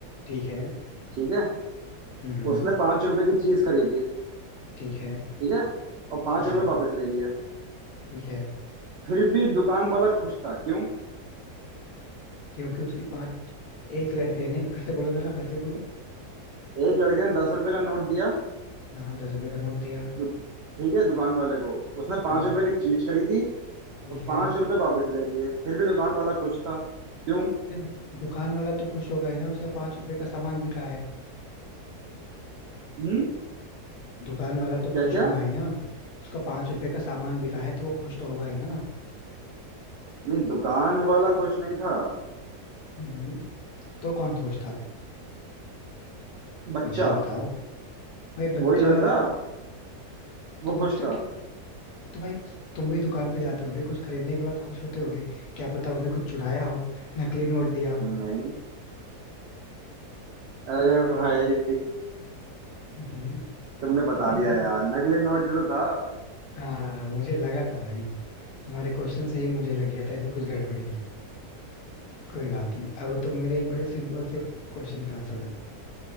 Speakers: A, on the left; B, on the right.
A: ठीक है
B: ठीक है
A: हम्म
B: उसने पांच रुपए की चीज खरीदी
A: ठीक है
B: ठीक है और पांच
A: ठीक
B: रुपए
A: है
B: वापस ले लिए
A: ठीक है
B: फिर भी दुकान वाला खुश था क्यों
A: क्योंकि उसकी पांच एक लड़के ने फिर से बोलो जरा फिर से बोलो
B: एक लड़के ने दस रुपए का नोट दिया
A: हाँ दस रुपए का नोट दिया
B: दु- ठीक है दुकान वाले को उसने
A: हाँ
B: पांच रुपए की चीज खरीदी और
A: ठीक
B: पांच
A: है
B: रुपए वापस ले लिए फिर भी दुकान वाला खुश था क्यों
A: अरे दुकान वाला तो खुश होगा ही ना उसका पांच रुपए का सामान बिका है
B: हम्म
A: दुकान वाला तो
B: क्या
A: खुश
B: क्या
A: होगा ही ना उसका पांच रुपए का सामान बिका है तो वो खुश तो होगा ही ना
B: नहीं दुकान वाला खुश नहीं था
A: हम्म तो कौन खुश था
B: बच्चा
A: बताओ बताओ भाई
B: वही
A: बच्चा
B: लड़का वो
A: तो बच्चा
B: खुश था
A: के तो भाई तुम भी दुकान पे जाते होगे कुछ खरीदने के बाद खुश होते होगे क्या पता उसने कुछ चुराया हो नकली नोट दिया हो
B: नहीं अरे भाई
A: हम्म।
B: तुमने
A: <laughs>
B: बता दिया यार नकली नोट ही तो था
A: हाँ मुझे लगा था भाई तुम्हारे क्वेश्चन से ही मुझे लग गया था इसमें कुछ गड़बड़ी है कोई बात नहीं अब तुम मेरे एक बड़े सिंपल
B: <laughs>
A: से क्वेश्चन का आंसर दो